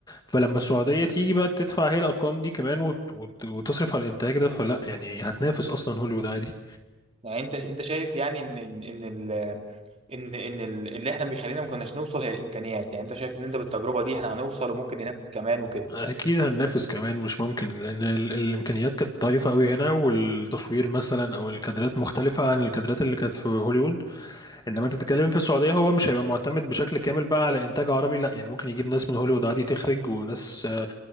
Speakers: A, on the left; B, on the right.
A: فلما السعوديه تيجي بقى تدفع هي الارقام دي كمان وت- وت- وتصرف على الانتاج ده فلا يعني هتنافس اصلا هوليوود عادي
B: يعني انت انت شايف يعني ان ان ان ال- ان ان ال- اللي احنا بيخلينا ما كناش نوصل هي الامكانيات يعني انت شايف ان انت بالتجربه دي احنا هنوصل وممكن ننافس كمان وكده
A: اكيد هننافس كمان مش ممكن لان ال- الامكانيات كانت ضعيفه قوي هنا والتصوير مثلا او الكادرات مختلفه عن الكادرات اللي كانت في هوليوود انما انت بتتكلم في السعوديه هو مش هيبقى معتمد بشكل كامل بقى على انتاج عربي لا يعني ممكن يجيب ناس من هوليوود عادي تخرج وناس آه،